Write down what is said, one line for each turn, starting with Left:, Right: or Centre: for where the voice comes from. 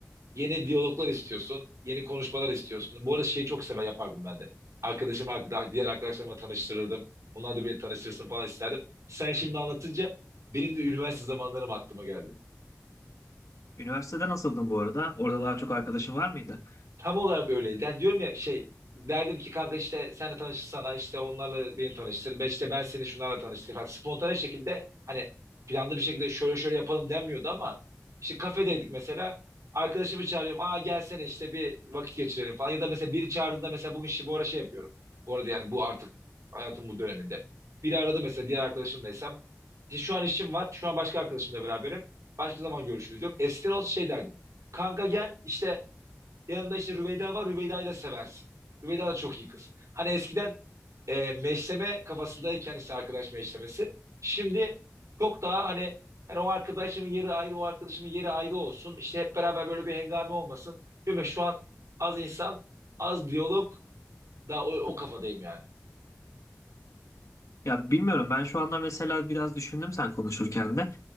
Right: Yeni diyaloglar istiyorsun. Yeni konuşmalar istiyorsun. Bu arada şeyi çok sever yapardım ben de. Arkadaşım, arkada- diğer arkadaşlarıma tanıştırırdım. Onlar da beni tanıştırsın falan isterdim. Sen şimdi anlatınca benim de üniversite zamanlarım aklıma geldi.
Left: Üniversitede nasıldın bu arada? Orada daha çok arkadaşın var mıydı?
Right: Tam olarak öyleydi. Yani diyorum ya şey derdim ki kanka işte senle tanışırsana işte onlarla beni tanıştır. Ben işte ben seni şunlarla tanıştır falan. Spontane şekilde hani planlı bir şekilde şöyle şöyle yapalım denmiyordu ama işte kafedeydik mesela. Arkadaşımı çağırıyorum. Aa gelsene işte bir vakit geçirelim falan. Ya da mesela biri çağırdığında mesela bugün şey, bu ara şey yapıyorum. Bu arada yani bu artık hayatım bu döneminde. Biri aradı mesela diğer arkadaşımlaysam. İşte şu an işim var. Şu an başka arkadaşımla beraberim. Başka zaman görüşürüz diyorum. Eskiden olsa şey derdim. Kanka gel işte Yanında işte Rüveyda var. Rüveyda'yı da seversin. Rüveyda da çok iyi kız. Hani eskiden e, meşleme kafasındayken işte arkadaş meşlemesi. Şimdi çok daha hani hani o arkadaşımın yeri ayrı, o arkadaşımın yeri ayrı olsun. İşte hep beraber böyle bir hengame olmasın. Diyorum ya şu an az insan, az diyalog daha o, o kafadayım yani.
Left: Ya bilmiyorum ben şu anda mesela biraz düşündüm sen konuşurken de.